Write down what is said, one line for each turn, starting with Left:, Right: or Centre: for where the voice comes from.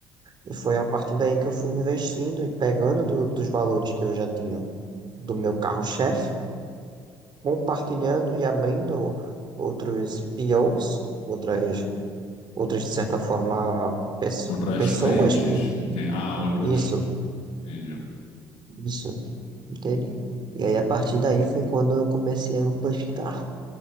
Right: E foi a partir daí que eu fui investindo e pegando do- dos valores que eu já tinha do meu carro-chefe, compartilhando e abrindo outros POs, outras outras, de certa forma, pesso-
Left: Outras
Right: pessoas
Left: frentes,
Right: que.
Left: entendi. Ah, outros.
Right: Isso,
Left: Entendi.
Right: isso, entende? E aí, a partir daí, foi quando eu comecei a amplificar.